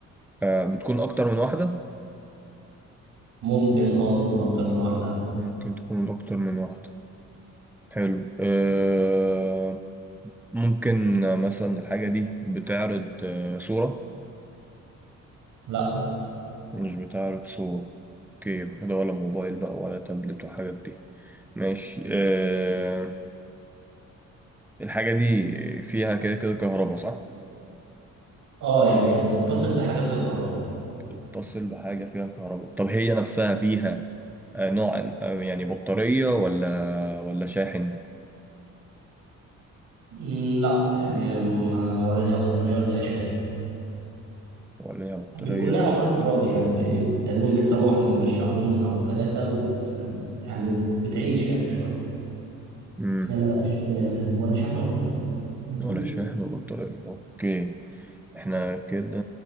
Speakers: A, in the centre; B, on the right.
A: آه. بتكون اكتر من واحدة
B: ممكن اه تكون اكتر من واحده
A: ممكن تكون اكتر من واحدة حلو آه. ممكن مثلا الحاجة دي بتعرض آه، صورة
B: لا
A: مش بتعرض صورة اوكي يبقى كده ولا موبايل بقى ولا تابلت والحاجات دي ماشي آه. الحاجة دي فيها كده كده كهرباء صح؟
B: اه يعني بتتصل بحاجه فيها كهرباء
A: بتتصل بحاجة فيها كهرباء طب هي نفسها فيها آه، نوع آه، يعني بطارية ولا ولا شاحن
B: مم، لا يعني ما ولا ليها بطاريه ولا ليها شاحن
A: ولا هي بطارية
B: بيكون ليها
A: ولا
B: عمر افتراضي يعني بي- تقريبا بيتراوح ما بين الشهرين او ثلاثه وبس يعني بتعيش يعني شويه
A: مم.
B: بس هي ملهاش آه، ولا شحن ولا كهرباء
A: ولا شاحن وبطارية اوكي احنا كده